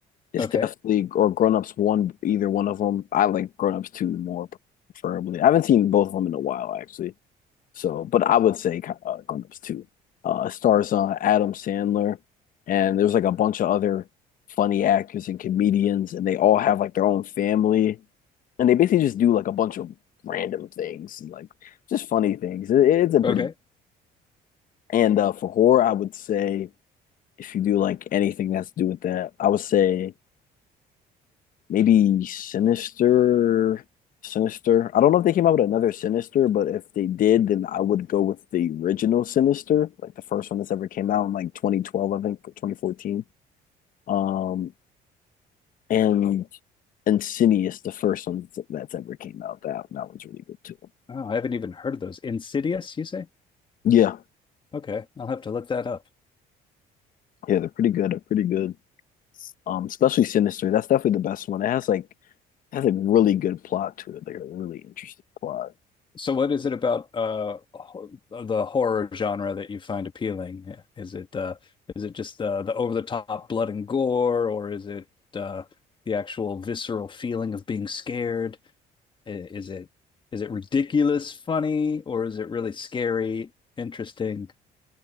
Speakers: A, on the left; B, on the left.
A: is
B: okay,
A: definitely, or Grown Ups 1, either one of them. I like Grown Ups 2 more preferably. I haven't seen both of them in a while actually. So, but I would say uh, Gundams 2. Uh, it stars uh, Adam Sandler, and there's like a bunch of other funny actors and comedians, and they all have like their own family, and they basically just do like a bunch of random things, and, like just funny things. It, it's a pretty
B: okay.
A: and uh, for horror, I would say if you do like anything that's to do with that, I would say maybe Sinister, Sinister. I don't know if they came out with another Sinister, but if they did, then I would go with the original Sinister, like the first one that's ever came out in like 2012, I think, or 2014. Um, and Insidious, the first one that's, that's ever came out. That that one's really good too.
B: Oh, I haven't even heard of those. Insidious, you say?
A: Yeah,
B: Okay, I'll have to look that up.
A: yeah, they're pretty good. They're pretty good. Um, especially Sinister. That's definitely the best one. It has like it has a really good plot to it, like a really interesting plot.
B: So what is it about uh ho- the horror genre that you find appealing? Is it uh is it just the the over the top blood and gore, or is it uh the actual visceral feeling of being scared? I- Is it is it ridiculous funny, or is it really scary, interesting?